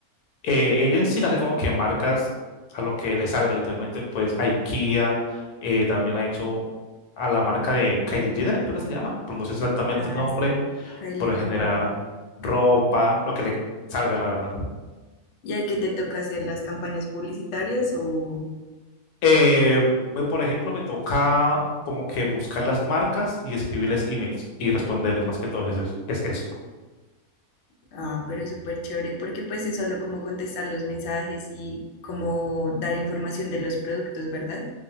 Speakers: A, on the left (about 85°); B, on the left (about 65°).
A: Eh, ella en sí le hace como que marcas a lo que le salga, literalmente, pues IKEA, eh, también la ha hecho a la marca de Kylie Jenner, creo que se llama, pero no sé exactamente
B: Ah,
A: el nombre,
B: sí, Kylie
A: pero
B: con
A: en general
B: Mary.
A: ropa, lo que le salga, la verdad.
B: ¿Y hay que te toca hacer las campañas publicitarias o,
A: Eh, me- por ejemplo, me toca como que buscar las marcas y escribirles emails y responderles más que todo es eso. Es eso.
B: Ah, pero súper chévere, porque pues es solo como contestar los mensajes y como dar información de los productos, ¿verdad?